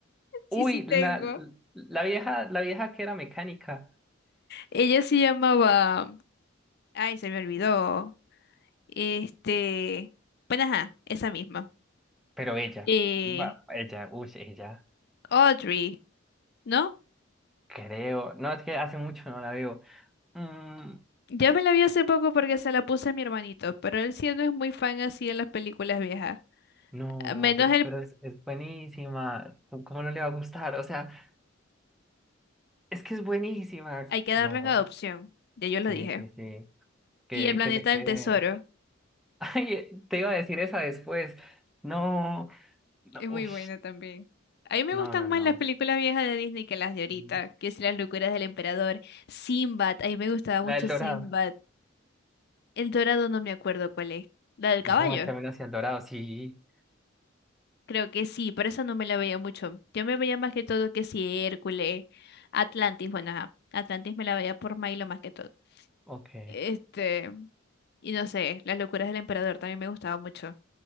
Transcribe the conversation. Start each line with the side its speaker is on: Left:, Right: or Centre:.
Centre: Uy,
Left: Sí, sí tengo.
Centre: la, la vieja, la vieja que era mecánica,
Left: Ella se llamaba... Ay, se me olvidó. Este, bueno, ajá, esa misma.
Centre: pero ella.
Left: Eh,
Centre: va- Ella, uy, ella.
Left: Audrey, ¿no?
Centre: Creo. No, es que hace mucho no la veo. Mm,
Left: Yo me la vi hace poco porque se la puse a mi hermanito, pero él sí no es muy fan así de las películas viejas.
Centre: no,
Left: A Menos
Centre: pero,
Left: el
Centre: pero es, es buenísima. ¿Cómo cómo no le va a gustar? O sea, es que es buenísima.
Left: Hay que darlo
Centre: No,
Left: en adopción, ya yo lo
Centre: sí,
Left: dije.
Centre: sí, sí. Que,
Left: Y El planeta
Centre: que se quede.
Left: del tesoro,
Centre: <laughs> Ay, te iba a decir esa después. No, no,
Left: es muy
Centre: uy.
Left: buena también. A mí me
Centre: No,
Left: gustan
Centre: no,
Left: más
Centre: no.
Left: las películas viejas de Disney que las de ahorita,
Centre: Mm,
Left: que es Las locuras del emperador, Sinbad, a mí me gustaba
Centre: La
Left: mucho
Centre: del Dorado.
Left: Sinbad. El Dorado no me acuerdo cuál es. La del
Centre: No,
Left: caballo.
Centre: el camino hacia el dorado, sí.
Left: Creo que sí, pero esa no me la veía mucho. Yo me veía más que todo que si Hércules, Atlantis, bueno, ajá, Atlantis me la veía por Milo más que todo.
Centre: Ok.
Left: Este, y no sé, las locuras del emperador también me gustaba mucho.